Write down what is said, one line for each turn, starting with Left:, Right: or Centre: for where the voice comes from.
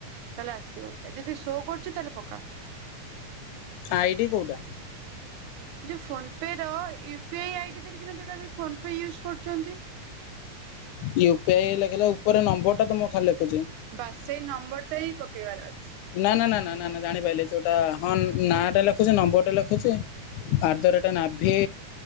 Right: ତା ହେଲେ ଆସିବ ଯଦି ସୋ କରୁଚି ତାହେଲେ ପକା।
Left: ଆଇଡି କୋଉଟା?
Right: ଯୋଉ ଫୋନ ପେ ର ୟୁ ପି ଆଇ ଆଇଡି ଦେ ଯୋଉଟା ଫୋନ ପେ ୟୁଉଜ କରୁଚନ୍ତି।
Left: ୟୁ ପି ଆଇ ଲେଖିଲା ଉପରେ ନମ୍ବର ଟା ତ ମୋର ଖାଲି ଲେଖୁଛି।
Right: ବାସ୍ ସେଇ ନମ୍ବରଟା ଇ ପକେଇବାର ଅଛି।
Left: ନା ନା ନା ନା ନା ନା ଜାଣିପାଇଲି ଯୋଉଟା ହଁ ନାଁ ଟା ଲେଖୁଛି ନମ୍ବରଟା ଲେଖୁଛି।
Right: ହୁଁ
Left: ଆର୍ଦରଟା ନାଭି